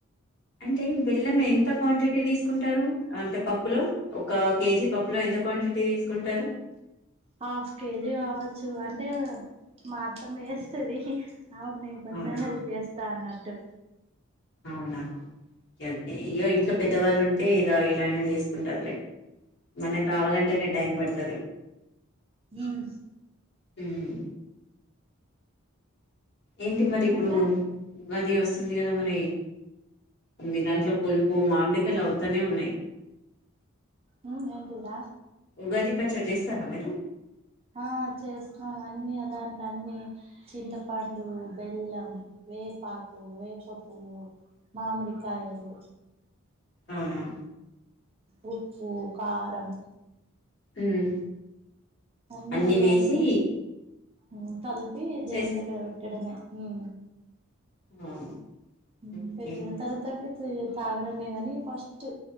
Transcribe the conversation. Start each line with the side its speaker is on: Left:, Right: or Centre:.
Left: అంటే బెల్లం ఎంత క్వాంటిటీ తీసుకుంటారు అంటే పప్పులో ఒక కేజీ పప్పులో ఎంత ఎంత క్వాంటిటీ తీసుకుంటారు
Right: హాఫ్ కేజీ కావచ్చు అంటే మాఅత్తమ్మ ఎస్తాది నాకు నేను కొంచెం
Left: అవునా
Right: హెల్ప్ చేస్తా అన్నట్టు
Left: అవునా ఓకే ఓకే ఇయ్య ఇంట్లో పెద్దవాళ్ళు ఉంటే ఇద ఇలయినే చేసుకుంటారులే మనకు రావాలంటేనే టైం పడుతాది
Right: అవున
Left: మ్మ్ ఏంటి మరి ఇప్పుడు
Right: ఇంకా
Left: ఉగాది వస్తుంది కదా మరి అన్ని దాంట్లో పులుపు మామిడికాయలు అవుతానే ఉన్నాయి
Right: ఉ ఏంటిది రా
Left: ఉగాది పచ్చడి చేస్తారా మీరు
Right: ఆ చేస్తాం అన్ని ఆ దాంట్లో అన్ని చింతపండు బెల్లం వేపాకు వేప పువ్వు మామిడికాయలు
Left: అవునా
Right: ఉ ఉప్పు కారం
Left: ఉమ్
Right: అన్నీ
Left: అన్ని
Right: ఎయ్యాలేమ్మ
Left: వేసి
Right: ఊ కలిపి
Left: చేస్త
Right: దేవుని దగ్గర పెట్టడమే ఉ
Left: ఆ
Right: ఉ
Left: ఓకే
Right: పెట్టిన తర్వాత <unintelligible> త్రీ తాగడమే కాని ఫస్ట్